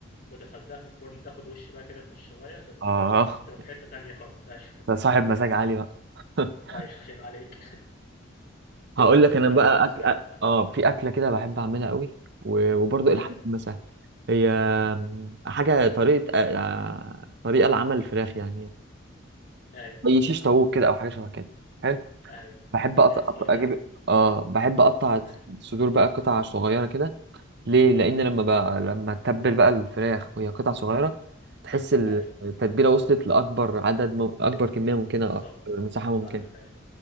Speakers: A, on the left; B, on the right.
A: ودخلتها في الفرن تاخد وش بقى كده في الشواية هتبقى
B: اه
A: تبقى في حتة تانية خالص <laughs> أيوه
B: <laughs> ده صاحب مزاج عالي بقى <laughs>
A: ايوه يبقى عليك
B: هقول
A: <laughs>
B: لك انا
A: وانت
B: بقى
A: بالنسبه
B: أك... أ-
A: لك بقى
B: اه في اكله كده بحب اعملها قوي و- وبرضه
A: ايوه
B: الحاج مسهل هي حاجه طريقه آه، طريقه لعمل الفراخ يعني
A: ايوه
B: زي شيش طاووق كده او حاجه شبه كده حلو
A: ايوه
B: بحب أقطع...
A: يا شيخ
B: أقطع- اجيب
A: يعني
B: اه بحب اقطع
A: ايوه
B: الصدور بقى قطع صغيره كده ليه لان لما بقى... لما تتبل بقى الفراخ وهي قطع صغيره تحس
A: ايوه
B: التتبيله وصلت لاكبر عدد م... اكبر كميه ممكنه
A: بالظبط
B: أكبر مساحه ممكنه
A: فاهمك ايوه